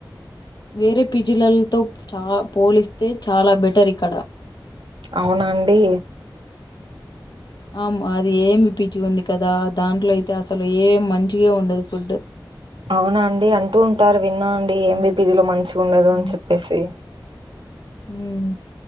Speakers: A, on the left; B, on the right.
A: వేరే పీజీలలతో చా పోలిస్తే చాలా బెటర్ ఇక్కడ
B: అవునా అండి
A: ఉమ్ ఆ అది ఏం పిజి ఉంది కదా దాంట్లో అయితే అసలు ఏం మంచిగా ఉండదు ఫుడ్
B: అవునా అండి అంటూ ఉంటారు విన్నా అండి
A: ఉమ్
B: ఎం. వి పీజీలో మంచిగా ఉండదు
A: ఉమ్,
B: అని చెప్పేసి
A: ఉమ్